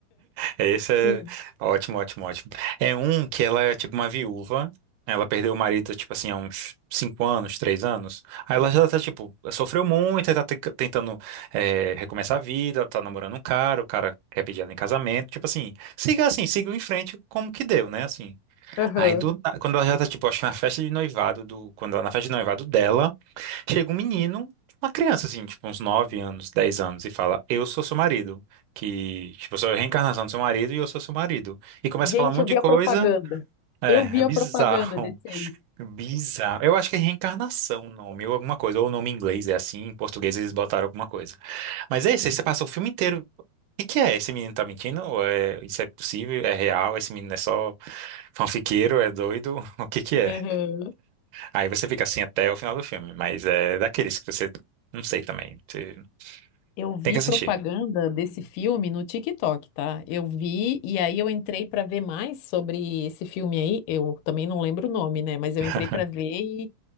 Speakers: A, on the right; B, on the left.
A: É, Esse é
B: Sim.
A: ótimo, ótimo, ótimo. É um que ela é tipo uma viúva. Ela perdeu o marido, tipo assim, há uns cinco anos, três anos. Aí ela já tá, tipo, sofreu muito, aí tá te- tentando é, recomeçar a vida, ela tá namorando um cara, o cara quer pedir ela em casamento. Tipo assim, siga assim, siga em frente como que deu, né? Assim.
B: Aham.
A: Aí do na- quando ela já tá, tipo, acho que na festa de noivado do. Quando ela, na festa de noivado dela. Chega um menino, uma criança assim, tipo uns 9 anos, 10 anos, e fala: Eu sou seu marido. Que, tipo, eu sou a reencarnação do seu marido e eu sou seu marido. E começa
B: Gente,
A: a falar um monte
B: eu vi
A: de coisa.
B: a propaganda.
A: É,
B: Eu vi
A: é
B: a
A: bizarro.
B: propaganda desse aí.
A: Bizarro. Eu acho que é reencarnação o nome, ou alguma coisa. Ou o nome em inglês é assim, em português eles botaram alguma coisa. Mas é isso, aí você passa o filme inteiro. O que que é? Esse menino tá mentindo? Ou é, isso é possível? É real? Esse menino é só fanfiqueiro? É doido? <laughs> O que que é?
B: Aham.
A: Aí você fica assim até o final do filme, mas é daqueles que você não sei também. Você
B: Eu vi
A: tem que
B: propaganda
A: assistir.
B: desse filme no TikTok, tá? Eu vi e aí eu entrei pra ver mais sobre esse filme aí. Eu também não lembro o nome, né? Mas eu
A: <laughs>
B: entrei pra ver